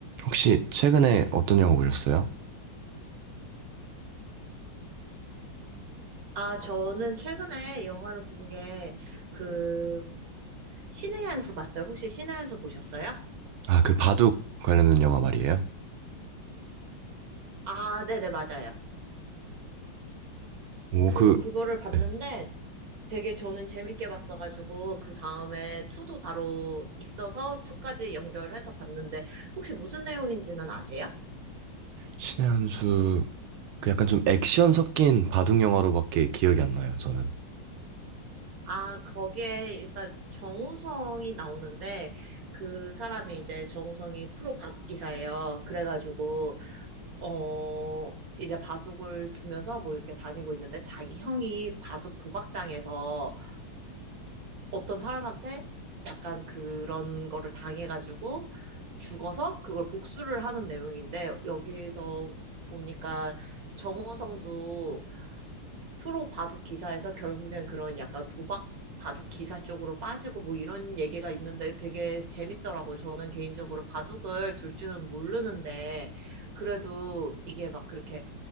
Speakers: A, on the right (about 80°); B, on the right (about 50°).
A: 혹시 최근에 어떤 영화 보셨어요?
B: 아, 저는 최근에 영화를 본 게, 그, 신의 한수 봤어요? 혹시 신의 한수 보셨어요?
A: 아, 그 바둑 관련된 영화 말이에요?
B: 아, 네네, 맞아요.
A: 오,
B: 그래서
A: 그,
B: 그거를 봤는데
A: 네.
B: 되게 저는 재밌게 봤어가지고, 그 다음에 투도 바로 있어서 투까지 연결해서 봤는데, 혹시 무슨 내용인지는 아세요?
A: 신의 한 수, 그 약간 좀 액션 섞인 바둑 영화로밖에 기억이 안 나요, 저는.
B: 아, 거기에 일단 정우성이 나오는데, 그 사람이 이제 정우성이 프로 밥기사예요. 그래가지고, 어, 이제 바둑을 두면서 뭐 이렇게 다니고 있는데 자기 형이 바둑 도박장에서 어떤 사람한테 약간 그런 거를 당해가지고 죽어서 그걸 복수를 하는 내용인데 여기서 보니까 정우성도 프로 바둑 기사에서 결국엔 그런 약간 도박 바둑 기사 쪽으로 빠지고 뭐 이런 얘기가 있는데 되게 재밌더라고요. 저는 개인적으로 바둑을 둘 줄은 모르는데 그래도 이게 막 그렇게